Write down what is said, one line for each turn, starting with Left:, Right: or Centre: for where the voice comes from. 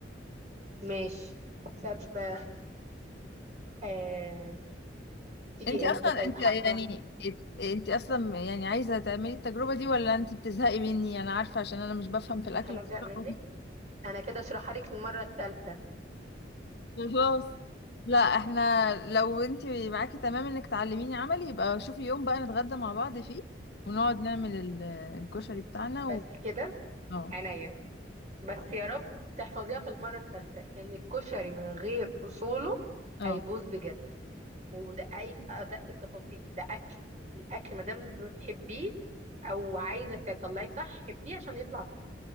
Right: ماشي سبة آه. تيجي
Left: انت اصلا
Right: امتى طيب
Left: انت
Right: حبه
Left: يعني انت اصلا يعني عايزه تعملي التجربه دي ولا انت بتزهقي مني انا عارفه عشان انا مش بفهم في الاكل
Right: انا
Left: بسرعه
Right: زهق منك انا كده اشرحها لك المره الثالثه
Left: خلاص لا احنا لو انت معاكي تمام انك تعلميني عملي يبقى شوفي يوم بقى نتغدى مع بعض فيه ونقعد نعمل ال- الكشري بتاعنا
Right: بس
Left: و...
Right: كده
Left: اه
Right: عينيا بس يا رب تحفظيها في المرة الثالثة ان الكشري من غير اصوله
Left: اه
Right: هيبوظ بجد ودققي في ادق التفاصيل ده اكل الاكل ما دام بتحبيه او عايزه تطلعي صح حبيه عشان يطلع صح